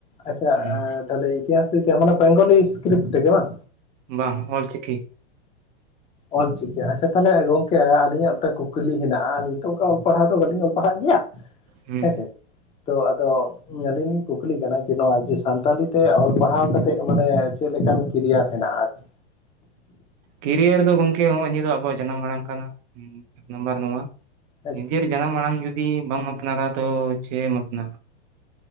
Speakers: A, on the left; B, on the right.
A: ᱟᱪᱪᱷᱟ
B: ᱦᱩᱸ
A: ᱛᱟᱦᱚᱞᱮ ᱤᱛᱤᱦᱟᱥ ᱛᱮ ᱢᱟᱱᱮ ᱵᱮᱝᱜᱚᱞᱤ ᱥᱠᱨᱤᱯᱴ ᱛᱮᱜᱮ ᱵᱟᱝ?
B: ᱵᱟᱝ ᱚᱞ ᱪᱤᱠᱤ᱾
A: ᱚᱞ ᱪᱤᱠᱤ ᱟᱪᱪᱷᱟ ᱛᱟᱦᱚᱞᱮ ᱜᱚᱝᱠᱮ ᱟᱹᱞᱤᱧᱟᱜ ᱢᱤᱫᱴᱟᱝ ᱠᱩᱠᱞᱤ ᱦᱮᱱᱟᱜ-ᱟ, ᱟᱹᱞᱤᱧ ᱛᱚ ᱚᱝᱠᱟ ᱚᱞ ᱯᱟᱲᱦᱟᱣ ᱫᱚ ᱵᱟᱹᱞᱤᱧ ᱚᱞ ᱯᱟᱲᱦᱟᱜ ᱜᱮᱭᱟ?
B: ᱦᱩᱸ
A: ᱦᱮᱸᱥᱮ ᱛᱚ ᱟᱫᱚ ᱟᱞᱤᱧ ᱞᱤᱧ ᱠᱩᱠᱞᱤ ᱠᱟᱱᱟ ᱡᱮ ᱱᱚᱣᱟ ᱡᱮ ᱥᱟᱱᱛᱟᱞᱤ ᱛᱮ ᱚᱞ ᱯᱟᱲᱦᱟᱣ ᱠᱟᱛᱮᱜ ᱢᱟᱱᱮ ᱪᱮᱫ ᱞᱮᱠᱟᱱ ᱠᱮᱤᱨᱤᱭᱟᱨ ᱦᱮᱱᱟᱼᱟ ᱟᱨ ᱠᱤ
B: ᱠᱮᱨᱤᱭᱟᱨ ᱫᱚ ᱜᱚᱝᱠᱮ ᱦᱚᱜᱚᱭ ᱱᱤᱭᱟᱹ ᱫᱚ ᱟᱵᱚᱣᱟᱜ ᱡᱟᱱᱟᱢ ᱟᱲᱟᱝ ᱠᱟᱱᱟ ᱱᱟᱢᱵᱟᱨ ᱱᱚᱣᱟ
A: ᱦᱮᱸ
B: ᱱᱤᱡᱮᱨ ᱡᱟᱱᱟᱢ ᱟᱲᱟᱝ ᱡᱩᱫᱤ ᱵᱟᱢ ᱟᱯᱱᱟᱨᱟ ᱛᱚ ᱪᱮ ᱮᱢ ᱟᱯᱱᱟᱨᱟ᱾